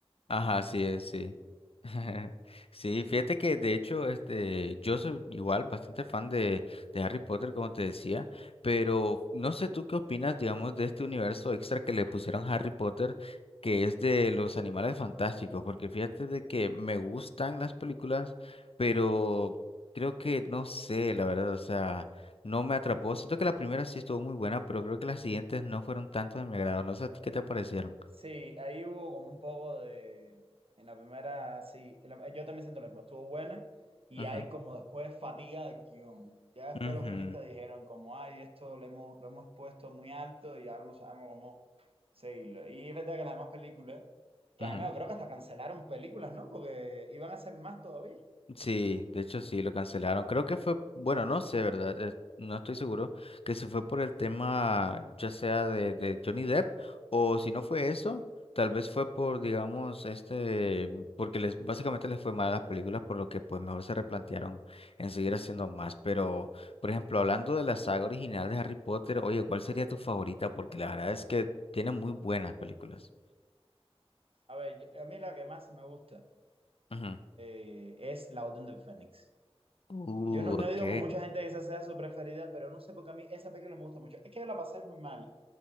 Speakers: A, on the left; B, on the right.
A: Ajá, sí, es, sí. <laughs> Sí, fíjate que de hecho, este, yo soy igual bastante fan de, de Harry Potter, como te decía, pero no sé tú qué opinas, digamos, de este universo extra que le pusieron a Harry Potter, que es de los animales fantásticos, porque fíjate de que me gustan las películas, pero creo que no sé, la verdad, o sea, no me atrapó. Siento que la primera sí estuvo muy buena, pero creo que las siguientes no fueron tanto de mi agrado. No sé a ti qué te parecieron.
B: Sí, ahí hubo como un poco de... En la primera, sí, en la- yo también siento lo mismo, estuvo buena y
A: Ujú,
B: hay como después fatiga del guión. Ya después
A: ujú,
B: los guionistas dijeron como, ay, esto lo hemos, lo hemos puesto muy alto y ahora no sabemos cómo seguirlo. Y es verdad que las demás películas, que
A: ujú.
B: además yo creo que hasta cancelaron películas, ¿no? Porque iban a hacer más todavía.
A: Sí, de hecho sí, lo cancelaron. Creo que fue, bueno, no sé, ¿verdad? Eh, No estoy seguro que se fue por el tema ya sea de, de Johnny Depp o si no fue eso, tal vez fue por, digamos, este, porque les básicamente les fue mal a las películas, por lo que pues mejor se replantearon en seguir haciendo más. Pero, por ejemplo, hablando de la saga original de Harry Potter, oye, ¿cuál sería tu favorita? Porque la verdad es que tiene muy buenas películas.
B: A ver, yo- a mí la que más me gusta
A: Ujú.
B: eh, es La Orden del Fénix.
A: Uh,
B: Yo no, no
A: ok.
B: he ido con mucha gente que esa sea su preferida, pero no sé por qué a mí esa película me gusta mucho. Es que yo la pasé muy mal